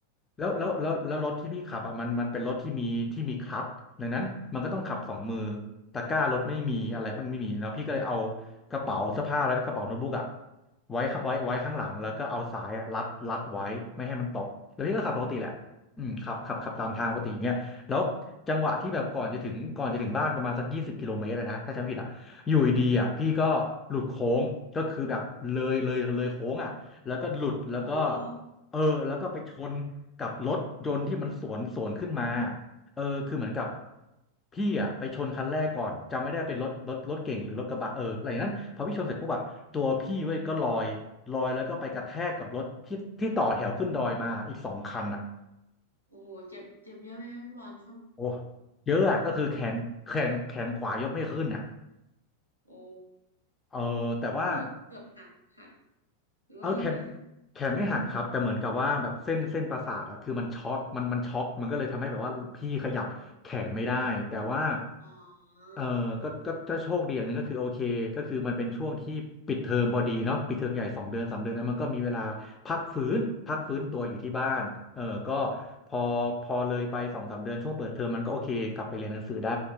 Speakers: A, on the left; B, on the left.
A: แล้วแล้วแล้วแล้วรถที่พี่ขับอ่ะมันมันเป็นรถที่มีที่มีคลัตช์ดังนั้นมันก็ต้องขับสองมือตะกร้ารถไม่มีอะไรมันไม่มีเนาะพี่ก็เลยเอา
B: อืม
A: กระเป๋าเสื้อผ้าแล้วก็กระเป๋าโน้ตบุ๊กอ่ะไว้ไว้ไว้ข้างหลังแล้วก็เอาสายอะรัดรัดไว้ไม่ให้มันตกแล้วพี่ก็ขับปกติแหละอืมขับขับขับตามทางปกติอย่างเงี้ยแล้วจังหวะที่แบบก่อนจะถึงก่อนจะถึงบ้านประมาณสักยี่สิบกิโลเมตรอะนะถ้าจำไม่ผิดอ่ะอยู่ดีๆอ่ะพี่ก็หลุดโค้งก็คือแบบเลยเลยเลยโค้งอ่ะ แล้วก็หลุดแล้วก็
B: โห
A: เออแล้วก็ไปชนกับรถยนต์ที่มันสวนสวนขึ้นมาเออคือเหมือนกับพี่อ่ะไปชนคันแรกก่อนจำไม่ได้เป็นรถรถรถเก่งหรือรถกระบะเอออะไรอย่างนั้นพอพี่ชนเสร็จปุ๊บอะตัวพี่เว้ยก็ลอยลอยแล้วก็ไปกระแทกกับรถที่ที่ต่อแถวขึ้นดอยมาอีกสองคันอ่ะ
B: โอ้โหเจ็บเจ็บเยอะไหมพี่บอลช่วง
A: โอ้เยอะอะก็คือแขนแขนแขนขวายกไม่ขึ้นอ่ะ
B: โอ้
A: เออแต่ว่า
B: ก็คือเกือบหักหักหรือว่ายังไม่หัก
A: เอาแขนแขนไม่หักครับแต่เหมือนกับว่าแบบเส้นเส้นประสาทอะคือมันช็อตมันมันช็อกมันก็เลยทำให้แบบว่าพี่ขยับแขนไม่ได้แต่ว่า
B: อ๋อ
A: เออก็ก็ก็โชคดีอย่างหนึ่งก็คือโอเคก็คือมันเป็นช่วงที่ปิดเทอมพอดีเนาะปิดเทอมใหญ่สองเดือนสามเดือนนั้นมันก็มีเวลาพักฟื้นพักฟื้นตัวอยู่ที่บ้านเออก็
B: ค่ะ
A: พอพอเลยไปสองสามเดือนช่วงเปิดเทอมมันก็โอเคกลับไปเรียนหนังสือได้